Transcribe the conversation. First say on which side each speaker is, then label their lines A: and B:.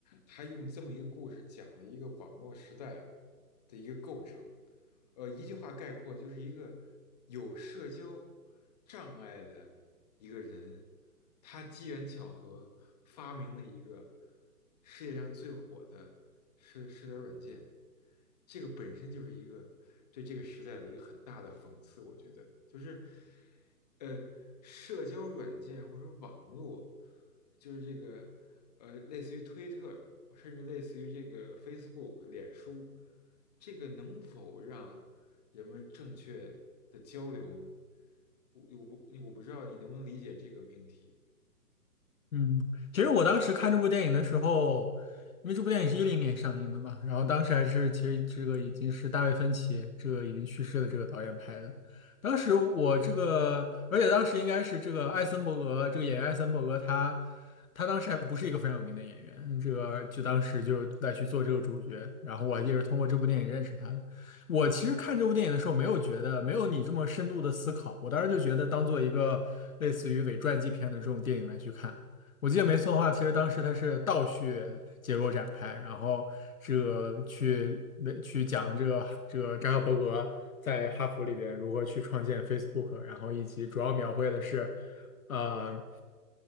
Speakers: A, on the left; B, on the left.
A: 它用这么一个故事讲了一个网络时代的一个构成。呃，一句话概括，就是一个有社交障碍的一个人，他机缘巧合发明了一个世界上最火的社社交软件，这个本身就是一个对这个时代的一个很大的讽刺，我觉得就是呃，社交软件或者网络，就是这个呃，类似于推特，甚至类似于这个 Facebook、脸书，这个能否让人们正确的交流呢？我我不我不知道你能不能理解这个命题。
B: 嗯，其实我当时看这部电影的时候，因为这部电影是一零年上映的嘛，然后当时还是其实这个已经是大卫芬奇这个已经去世的这个导演拍的。当时我这个，而且当时应该是这个艾森伯格这个演员艾森伯格他他当时还不是一个非常有名的演员，这个就当时就来去做这个主角，然后我也是通过这部电影认识他的。我其实看这部电影的时候，没有觉得没有你这么深度的思考，我当时就觉得当做一个类似于伪传记片的这种电影来去看。我记得没错的话，其实当时它是倒叙结构展开，然后这个去为去讲这个这个扎克伯格在哈佛里边如何去创建 Facebook，然后以及主要描绘的是，呃，